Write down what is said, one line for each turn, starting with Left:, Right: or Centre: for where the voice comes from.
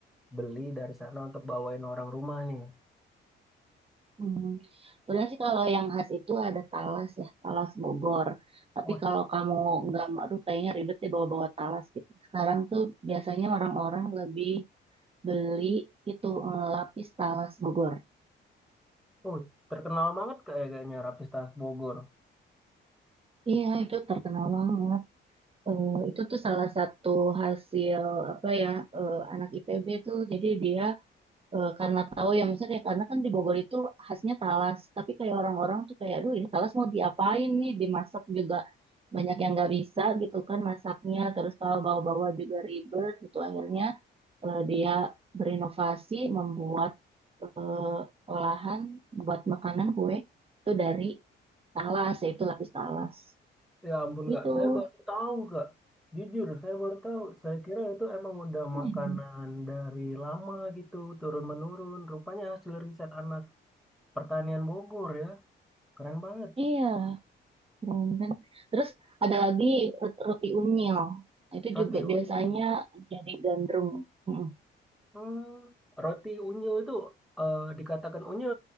Centre: beli dari sana untuk bawain orang rumah nih?
Right: Hmm. Sebenarnya sih kalau yang khas itu ada talas ya, talas Bogor. Tapi
Centre: Oh,
Right: kalau kamu nggak, aduh kayaknya ribet deh bawa-bawa talas gitu. Sekarang tuh biasanya orang-orang lebih beli itu eh, lapis talas Bogor.
Centre: oh, terkenal banget kayak- kayaknya Rapis Khas Bogor.
Right: Iya itu terkenal banget. Eh, itu tuh salah satu hasil apa ya eh, anak IPB tuh jadi dia eh, karena tahu ya maksudnya kayak- karena kan di Bogor itu khasnya talas tapi kayak orang-orang tuh kayak aduh ini talas mau diapain nih dimasak juga banyak yang nggak bisa gitu kan masaknya terus kalau bawa-bawa juga ribet gitu akhirnya eh, dia berinovasi membuat eh, olahan buat makanan kue itu dari talas yaitu lapis talas
Centre: Ya ampun
Right: gitu
Centre: kak, saya baru tahu kak. Jujur, saya baru tahu. Saya kira itu emang udah
Right: Hmm,
Centre: makanan dari lama gitu, turun menurun. Rupanya hasil riset anak pertanian Bogor ya, keren banget.
Right: iya Bundan. Terus ada lagi rut- roti unyil. Itu
Centre: Roti
Right: juga
Centre: unyu.
Right: biasanya jadi gandrung. Mm.
Centre: Hmm, roti unyu itu eh, dikatakan unyu